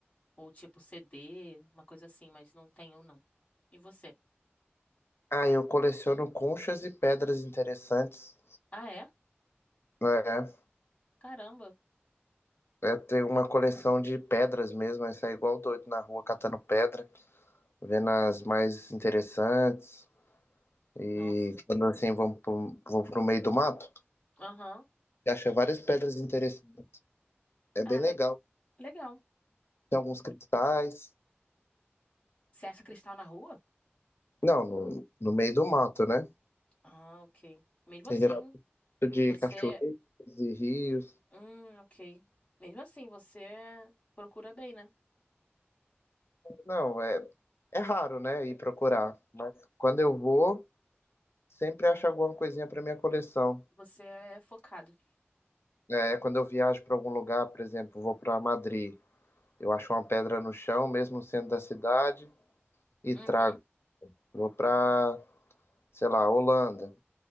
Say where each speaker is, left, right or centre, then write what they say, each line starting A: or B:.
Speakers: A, on the left (about 25°); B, on the left (about 70°).
A: ou tipo CD, uma coisa assim, mas não tenho, não. E você?
B: Ah, eu coleciono conchas e pedras interessantes.
A: Ah, é?
B: né?
A: Caramba.
B: eu tenho uma coleção de pedras mesmo, aí sai igual doido na rua catando pedra, vendo as mais interessantes. E
A: Nossa.
B: quando assim vamos pro, vou pro meio do mato,
A: Aham.
B: acha várias pedras interessantes. É
A: Ah,
B: bem legal.
A: le- legal.
B: Tem alguns cristais.
A: Você acha cristal na rua?
B: Não, no, no meio do mato, né?
A: Ah, ok. Mesmo
B: Tem
A: assim,
B: geralmente de
A: você
B: cachoeiras e rios.
A: Hum, ok. Mesmo assim, você procura bem, né?
B: Não, é, é raro, né? Ir procurar. Mas quando eu vou, sempre acho alguma coisinha para minha coleção.
A: Você é focado.
B: É, quando eu viajo para algum lugar, por exemplo, vou para Madrid, eu acho uma pedra no chão, mesmo sendo da cidade, e
A: Uhum.
B: trago. Vou para, sei lá, Holanda,